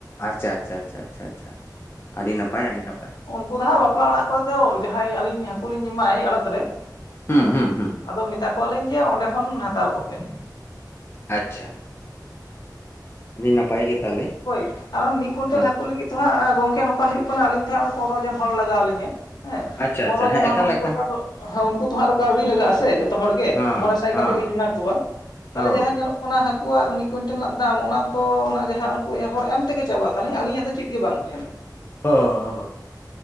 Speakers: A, on the left (about 30°); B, on the left (about 65°).
A: ᱟᱪᱪᱷᱟ ᱟᱪᱪᱷᱟ ᱟᱪᱪᱷᱟ ᱟᱪᱪᱷᱟ ᱟᱪᱪᱷᱟ ᱟᱹᱰᱤ ᱱᱟᱯᱟᱭ ᱟᱹᱰᱤ ᱱᱟᱯᱟᱭ᱾
B: ᱦᱟᱹᱠᱩ ᱫᱚ ᱦᱟᱸᱜ ᱵᱟᱯᱞᱟ ᱚᱲᱟᱜ ᱠᱚᱨᱮ ᱫᱚ ᱡᱟᱦᱟᱸᱭ ᱟᱹᱞᱤᱧ ᱦᱟᱹᱠᱩ ᱞᱤᱧ ᱮᱢᱟᱭ ᱟᱲᱚᱛ ᱨᱮ
A: ᱦᱩᱸ
B: ᱦᱮ
A: ᱦᱩᱸ ᱦᱩᱸ
B: ᱟᱫᱚᱼᱼ ᱢᱮᱛᱟ ᱠᱚᱣᱟᱞᱤᱧ ᱡᱮ ᱚᱱᱰᱮ ᱠᱷᱚᱱ ᱦᱟᱛᱟᱣ ᱠᱚᱯᱮᱼᱼ
A: ᱟᱪᱪᱷᱟ᱾ ᱟᱹᱰᱤ ᱱᱟᱯᱟᱭ ᱜᱮ᱾ ᱛᱟᱦᱚᱞᱮ
B: ᱦᱳᱭ ᱟᱸᱻ ᱢᱤᱫ ᱠᱩᱭᱮᱱᱴᱮᱞ
A: ᱦᱮᱸ
B: ᱦᱟᱠᱳ ᱞᱟᱹᱜᱤᱫ ᱛᱚ ᱦᱟᱸᱜ ᱜᱚᱝᱠᱮ ᱱᱚᱝᱠᱟ ᱦᱩᱭᱩᱜ ᱠᱟᱱᱟ ᱟᱹᱞᱤᱧ ᱫᱚᱦᱚ ᱦᱟᱸᱜ ᱯᱚᱱᱨᱚ ᱡᱚᱱ ᱦᱚᱲ ᱞᱟᱜᱟᱣ ᱟᱹᱞᱤᱧᱟ᱾ ᱦᱮᱸ
A: ᱟᱪᱪᱷᱟ
B: ᱯᱚᱱᱨᱚᱡᱚᱱ
A: ᱟᱪᱪᱷᱟ ᱦᱮᱸ
B: ᱦᱚᱲ
A: ᱮᱠᱟᱞ
B: ᱩᱱᱠᱩ
A: ᱮᱠᱟᱞ
B: ᱛᱚ ᱟᱨ ᱦᱚᱸ ᱩᱱᱠᱩ ᱛᱚ ᱦᱟᱸᱜ ᱟᱨᱦᱚ ᱠᱟᱹᱣᱰᱤ ᱞᱟᱜᱟᱜ-ᱟ᱾ ᱥᱮ ᱡᱚᱛᱚ ᱦᱚᱲ ᱜᱮ
A: ᱦᱚᱸ
B: ᱢᱚᱸᱬᱮ ᱥᱟᱭ
A: ᱦᱚᱸ
B: ᱠᱟᱛᱮᱫ ᱞᱤᱧ ᱮᱢᱟ ᱠᱚᱣᱟ ᱛᱟᱦᱞᱮ
A: ᱦᱳᱭ
B: ᱡᱟᱦᱟ ᱧᱮᱞᱚᱜ ᱚᱱᱟ ᱦᱟᱹᱠᱩᱣᱟᱜ ᱢᱤᱫ ᱠᱩᱭᱮᱱᱴᱮᱞ ᱨᱮᱱᱟᱜ ᱫᱟᱢ ᱚᱱᱟ ᱛᱚ ᱚᱱᱟ ᱡᱟᱦᱟ ᱦᱳᱭ ᱮ ᱦᱚᱲ ᱮᱢ ᱛᱮᱜᱮ ᱪᱟᱵᱟᱜ ᱛᱟᱞᱤᱧ ᱟᱹᱞᱤᱧᱟᱜ ᱫᱚ ᱪᱮᱫ ᱜᱮ ᱵᱟᱝ ᱛᱟᱦᱮᱱᱟ᱾
A: ᱦᱚᱸ ᱦᱚᱸ᱾